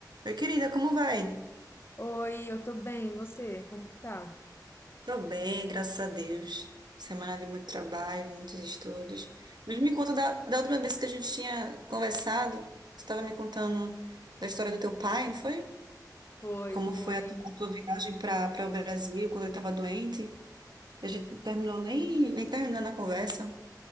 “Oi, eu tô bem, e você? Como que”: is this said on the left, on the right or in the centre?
Left